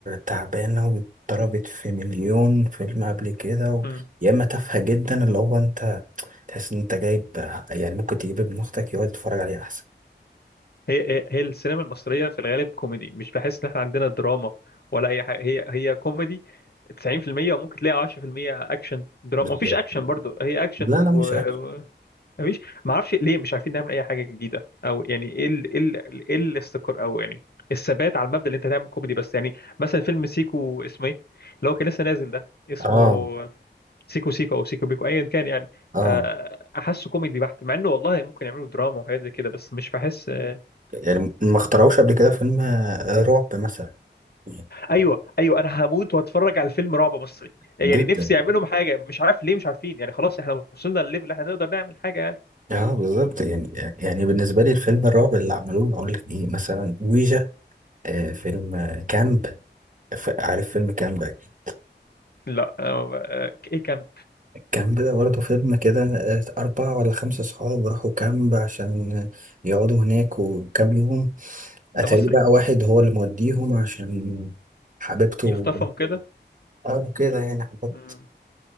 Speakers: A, on the right; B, on the left.
A: تعبانه واتضربت في مليون فيلم قبل كده و...
B: مم.
A: يا اما تافهه جدا اللي هو انت تحس ان انت جايب يعني ممكن تجيب ابن اختك يقعد يتفرج عليه احسن
B: هي هي هي السينما المصرية في الغالب كوميدي مش بحس ان احنا عندنا دراما ولا اي حاجة هي هي كوميدي 90% وممكن تلاقي 10% اكشن دراما
A: بالظبط
B: مفيش اكشن برضو هي اكشن
A: لا لا
B: و...
A: مش اكشن
B: و... مفيش معرفش ليه مش عارفين نعمل اي حاجة جديدة او يعني ايه ال... ايه ال... ايه الاستقرار او يعني الثبات على المبدأ اللي انت تعمل كوميدي بس يعني مثلا فيلم سيكو اسمه ايه اللي هو كان لسه نازل ده اسمه
A: اه
B: سيكو سيكو او سيكو بيكو ايا كان يعني
A: اه
B: آه، احسه كوميدي بحت مع انه والله ممكن يعملوا دراما وحاجات زي كده بس مش بحس آه،
A: يعني ما اخترعوش قبل كده فيلم آه، رعب مثلا يعني
B: ايوه ايوه انا هموت واتفرج على فيلم رعب مصري يعني
A: جدا
B: نفسي يعملهم <laughs> حاجه مش عارف ليه مش عارفين يعني خلاص احنا وصلنا للليفل اللي احنا نقدر نعمل حاجه يعني
A: اه بالظبط يعني يعني بالنسبه لي الفيلم الرعب اللي عملوه اقول لك ايه مثلا ويجا آه، فيلم آه، كامب ف- عارف فيلم كامب أكيد
B: لا آه، آه، ايه كان
A: كامب ده برضه فيلم كده آه، أربعة ولا خمسة صحاب راحوا كامب عشان آه، يقعدوا هناك وكام يوم
B: ده
A: أتاري
B: مصري
A: بقى واحد هو اللي موديهم عشان حبيبته
B: يخطفهم كده
A: اه كده يعني حاجات
B: مم.